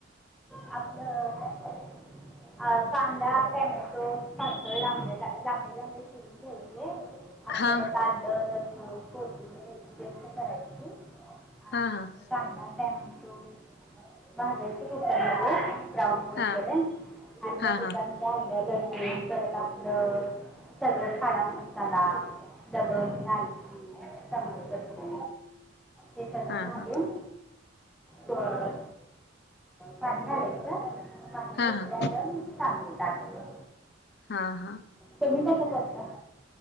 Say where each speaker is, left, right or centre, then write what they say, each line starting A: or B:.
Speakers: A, in the centre; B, on the left.
A: आपलं आ कांदा, टोमॅटो पातळ लाब लांबडे लांबडे चिरून घ्यायचे आ
B: हा
A: परत आलं लसूण <unintelligible> पेस्ट करायची. आणि
B: हा, हा
A: कांदा टमॅटो भाजायच होत मग <unintelligible> ब्राऊन होले
B: हा
A: आणि
B: हा
A: मग त्याच्यामध्ये
B: हा
A: आलं लसूण परत आपलं सगळं हाडा म आला दवण घयन. टमाल करतो हे सगळं
B: हा
A: झालेलं.
B: हा
A: पण का झालाय तर काणला
B: हा
A: उपलेला
B: हा
A: मस् तु टा <unintelligible>
B: हा हा.
A: तुम्ही कसं करता?